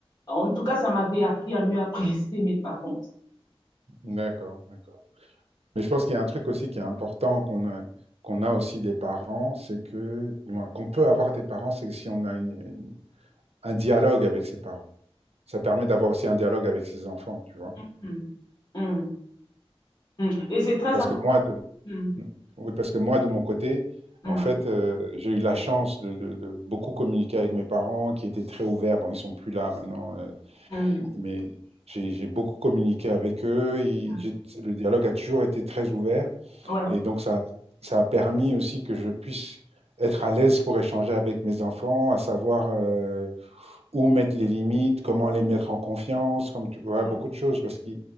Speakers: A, on the left; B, on the right.
A: En tout cas, ça m'avait appris à mieux apprécier mes parents aussi.
B: D'accord, d'accord. Mais je pense qu'il y a un truc aussi qui est important qu'on a, qu'on a aussi des parents, c'est que, du moins, qu'on peut avoir des parents, c'est que si on a une- une- un dialogue avec ses parents. Ça permet d'avoir aussi un dialogue avec ses enfants, tu vois.
A: Mhm. Mhm. Mhm. Et c'est très
B: Parce
A: important.
B: que moi, de,
A: Mhm.
B: mmh, oui, parce que moi, de mon côté,
A: Mhm.
B: en fait, euh, j'ai eu la chance de, de- de beaucoup communiquer avec mes parents qui étaient très ouverts. Bon, ils sont plus là maintenant. euh,
A: Mhm.
B: Mais j'ai j'ai beaucoup communiqué avec eux, ils-
A: Mhm.
B: j'ai- le dialogue a toujours été très ouvert
A: Ouais.
B: et donc ça, ça a permis aussi que je puisse être à l'aise pour échanger avec mes enfants, à savoir euh, où mettre les limites, comment les mettre en confiance, comme tu vois,
A: Ouais.
B: beaucoup de choses parce que